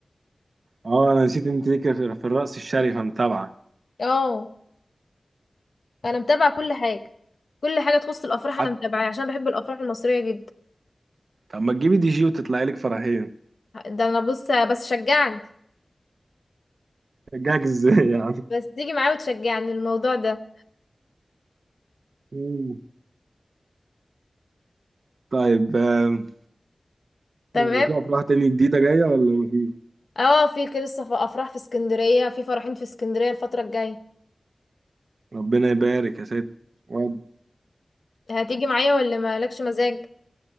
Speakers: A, on the right (about 70°); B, on the left (about 75°).
A: اه انا نسيت انت ليك في في الرأس الشريفة متابعة
B: اه انا متابعة كل حاجة كل حاجة تخص الافراح
A: حتى
B: انا متابعاها عشان بحب الافراح المصرية جدا
A: طب ما تجيبي دي جي وتطلعي لك فرحين
B: ده انا بص بس شجعني
A: جاك ازاي يعني
B: بس تيجي معايا وتشجعني الموضوع ده
A: مم. طيب آم،
B: تمام
A: يعني في افراح تانية جديدة جاية ولا مفيش
B: اه في كده لسه في افراح في اسكندرية في فرحين في اسكندرية الفترة الجاية
A: ربنا يبارك يا ست واد
B: هتيجي معايا ولا مالكش مزاج